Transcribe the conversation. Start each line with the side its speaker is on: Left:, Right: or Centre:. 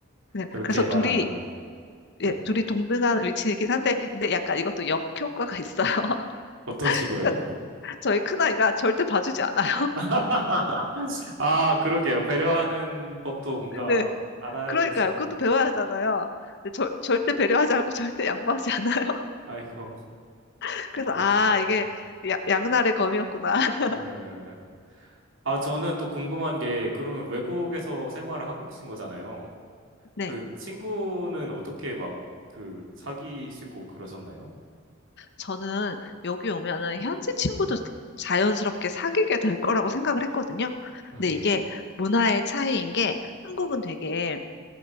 Left: 네,
Right: 그렇게
Left: 그래서 둘이
Right: 말 안 하는데. 네.
Left: 예, 둘이 동등한 위치이긴 한데, 근데 약간 이것도 역효과가 있어요.
Right: 어떤
Left: <laughs>
Right: 식으로요?
Left: 그러니까 저희 큰아이가 절대 봐주지 않아요.
Right: <laughs> 아, 그러게요. 배려하는 법도 뭔가
Left: <laughs> 네,
Right: 알아야
Left: 그러니까요.
Right: 됐었는데.
Left: 그것도 배워야 하잖아요. 근데 절- 절대 배려하지 않고 절대 양보하지 않아요.
Right: 아이고,
Left: <laughs> 그래서,
Right: 멋있지
Left: 아,
Right: 않네.
Left: 이게 야- 양날의 검이었구나. <laughs>
Right: 예. 아, 저는 또 궁금한 게, 그러면 외국에서 생활을 하고 계신 거잖아요.
Left: 네,
Right: 그 친구는 어떻게 막, 그, 사귀시고 그러셨나요?
Left: 저는 여기 오면은 현지 친구도 자연스럽게 사귀게 될 거라고 생각을 했거든요.
Right: 예.
Left: 근데 이게 문화의 차이인 게 한국은 되게